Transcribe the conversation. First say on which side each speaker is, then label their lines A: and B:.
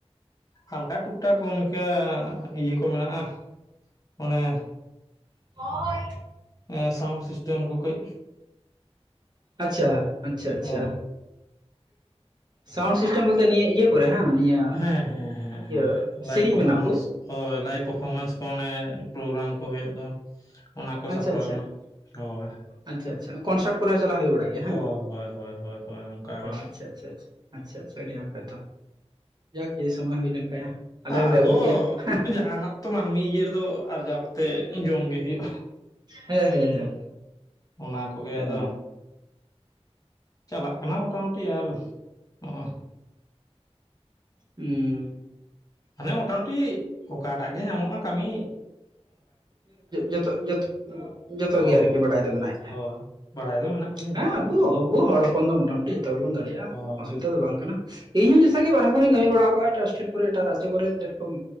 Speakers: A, on the left (about 35°); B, on the right (about 40°).
A: ᱦᱟᱞᱠᱟ ᱴᱩᱠ ᱴᱟᱠ ᱜᱚᱝᱠᱮ ᱤᱭᱟᱹ ᱠᱚ ᱢᱮᱱᱟᱜᱼᱟ ᱚᱱᱮ
B: <inaudible>
A: ᱮ ᱥᱟᱣᱩᱱᱰ ᱥᱤᱥᱴᱮᱢ ᱠᱚ ᱠᱟᱹᱡ
B: ᱟᱪᱪᱷᱟ ᱟᱪᱪᱷᱟ ᱟᱪᱪᱷᱟ
A: ᱦᱳᱭ ᱾
B: ᱥᱟᱣᱩᱱᱰ ᱥᱤᱥᱴᱮᱢ ᱵᱚᱞᱛᱮ ᱱᱤᱭᱟᱹ ᱤᱭᱟᱹ ᱠᱚᱨᱮ ᱦᱟᱝ ᱱᱤᱭᱟᱹ᱾
A: ᱦᱮᱸ ᱦᱮᱸ
B: ᱤᱭᱟᱹ
A: ᱦᱮᱸ
B: ᱥᱮᱨᱮᱧ
A: ᱞᱟᱭᱤᱵᱷ ᱯᱚᱯᱷᱚᱢᱮᱱᱥ
B: ᱵᱮᱱᱟᱣ ᱠᱚ
A: ᱦᱳᱭ ᱞᱟᱭᱤᱵᱷ ᱯᱟᱨᱯᱷᱚᱨᱢᱮᱱᱥ ᱠᱚ ᱚᱱᱮ ᱯᱨᱳᱜᱨᱟᱢ ᱠᱚ ᱦᱳᱭᱳᱜ ᱫᱚ ᱚᱱᱟ ᱠᱚ
B: ᱟᱪᱪᱷᱟ
A: ᱥᱟᱯᱲᱟᱣ
B: ᱟᱪᱪᱷᱟ
A: ᱨᱮᱱᱟᱜ ᱦᱳᱭ᱾
B: ᱟᱪᱪᱷᱟ ᱟᱪᱪᱷᱟ ᱠᱚᱱᱥᱟᱨᱴ ᱠᱚᱨᱮ ᱦᱚᱸ ᱪᱟᱞᱟᱜ ᱦᱳᱭ ᱵᱟᱲᱟᱜ ᱜᱮᱭᱟ
A: ᱦᱳᱭ
B: ᱦᱟᱝ
A: ᱦᱳᱭ ᱦᱳᱭ ᱦᱳᱭ ᱦᱳᱭ ᱚᱱᱠᱟ ᱜᱮ
B: ᱟᱪᱪᱷᱟ ᱟᱪᱪᱷᱟ ᱟᱪᱪᱷᱟ᱾ ᱟᱪᱪᱷᱟ ᱟᱪᱪᱷᱟ ᱟᱰᱤ ᱱᱟᱯᱟᱭ ᱛᱚ, ᱡᱟᱠ ᱡᱩᱫᱤ ᱥᱚᱢᱚᱭ ᱦᱩᱭ ᱞᱮᱱ ᱠᱷᱟᱡ ᱟᱞᱮ
A: ᱟᱫᱚ
B: ᱦᱚᱸᱞᱮ ᱟᱜᱩ ᱯᱮᱭᱟ ᱦᱮᱸ᱾
A: ᱡᱟᱦᱟᱱᱟᱜ ᱛᱚ ᱢᱟᱱᱢᱤ ᱤᱭᱟᱹ ᱨᱮᱫᱚ ᱟᱨᱡᱟᱣ ᱠᱟᱛᱮᱜ ᱡᱚᱢ ᱜᱮ ᱦᱳᱭᱳᱜᱼᱟ
B: ᱦᱮᱸ ᱦᱮᱸ
A: ᱚᱱᱟ ᱠᱚᱜᱮ
B: ᱦᱮᱸ
A: ᱟᱫᱚ ᱪᱟᱞᱟᱜ ᱠᱟᱱᱟ ᱢᱚᱴᱟᱢᱩᱴᱤ ᱟᱨ ᱦᱚᱸᱜᱼᱚᱭ᱾
B: ᱩᱸ
A: ᱢᱟᱱᱮ ᱢᱚᱴᱟᱢᱩᱴᱤ ᱚᱠᱟᱴᱟᱜ ᱜᱮ ᱧᱟᱢᱚᱜᱼᱟ ᱠᱟᱢᱤ
B: ᱡᱚᱛᱚ ᱡᱚᱛᱚ ᱡᱚᱛᱚᱜᱤ
A: ᱦᱳᱭ
B: ᱟᱨᱠᱤ ᱵᱟᱲᱟᱭ ᱫᱚ ᱢᱮᱱᱟᱜ ᱜᱮᱭᱟ᱾
A: ᱦᱳᱭ ᱵᱟᱲᱟᱭ ᱫᱚ ᱢᱮᱱᱟᱜ ᱜᱮᱭᱟ
B: ᱦᱮᱸ
A: ᱡᱚᱛᱚ ᱜᱮ
B: ᱟᱵᱩ ᱟᱵᱩ ᱦᱚᱲ ᱦᱚᱯᱚᱱ ᱫᱚ ᱢᱚᱴᱟᱢᱩᱴᱤ ᱡᱚᱛᱚ ᱜᱮᱵᱩᱱ ᱫᱟᱲᱮᱭᱟᱜ-ᱟ᱾
A: ᱦᱳᱭ
B: ᱚᱥᱩᱵᱤᱛᱟ ᱫᱚ ᱵᱟᱝ ᱠᱟᱱᱟ᱾ ᱤᱧ ᱮᱥᱮᱜᱤ ᱵᱟᱨᱦᱮ ᱠᱚᱨᱮᱧ ᱠᱟᱢᱤ ᱵᱟᱲᱟᱣ ᱟᱠᱟᱜᱼᱟ ᱴᱟᱥᱴᱮᱴ ᱠᱚᱨᱮ ᱮᱴᱟᱜ ᱨᱟᱡᱽᱡᱚ ᱠᱚᱨᱮ ᱡᱮᱨᱚᱠᱚᱢ